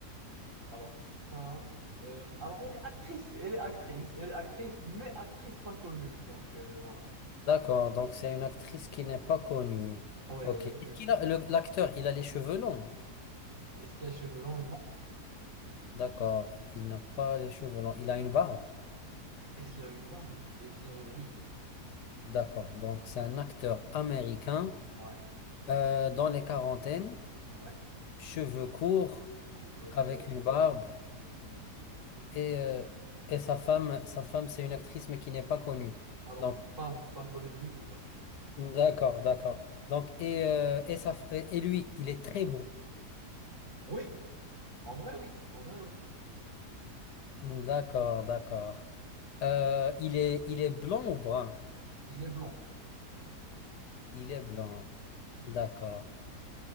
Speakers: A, on the right; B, on the left.
A: Alors, ça, euh, alors elle est actrice, elle est actrice, elle est actrice, mais actrice pas connue, donc euh, voilà.
B: D'accord, donc c'est une actrice qui n'est pas connue.
A: Ouais,
B: Ok. Et
A: plutôt.
B: qu'il a- le- L'acteur, il a les cheveux longs.
A: Est-ce qu'il a les cheveux longs? Non.
B: D'accord, il n'a pas les cheveux longs. Il a une barbe.
A: Est-ce qu'il a une barbe? Eh bien, oui.
B: D'accord, donc c'est un acteur américain
A: Ouais,
B: euh, dans les quarantaines,
A: ouais.
B: cheveux courts,
A: Cool. Euh,
B: avec une barbe.
A: oui, oui, oui, oui,
B: Et,
A: oui.
B: euh, et sa femme, sa femme, c'est une actrice mais qui n'est pas connue.
A: Alors,
B: Donc,
A: pas, pas connu du tout, là.
B: d'accord, d'accord. Donc, et, euh, et, sa f- et et lui, il est très beau.
A: Oui! En vrai, oui. En vrai, oui.
B: D'accord, d'accord. Euh, il est, il est blanc ou brun?
A: Il est blanc.
B: Il est blanc. D'accord.